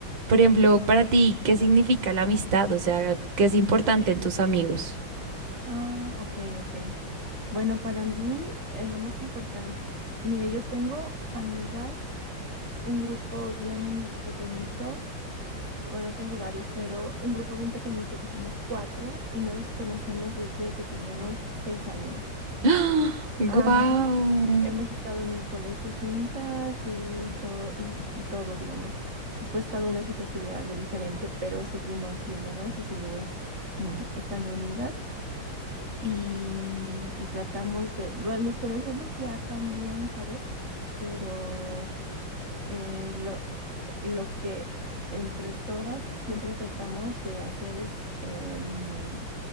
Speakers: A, on the right; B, on the right.
A: Por ejemplo, para ti, ¿qué significa la amistad? O sea, ¿qué es importante en tus amigos?
B: Ah, ok, ok. Bueno, para mí eh, lo más importante, mire, yo tengo amigas, un grupo bien pequeñito, que- bueno, tengo varias, pero un grupo bien pequeñito que somos cuatro y nos conocemos desde que teníamos seis años.
A: <gasps>
B: Ajá,
A: ¡Wow!
B: hemos estado en el colegio juntas y todo, y, y todo, digamos. Después cada una se fue a estudiar algo diferente, pero seguimos viéndonos y seguimos mm, estando unidas y, y tratamos de, bueno, nos conocemos ya tan bien, ¿sabes? Pero eh, lo, lo que entre todas siempre tratamos de hacer es em,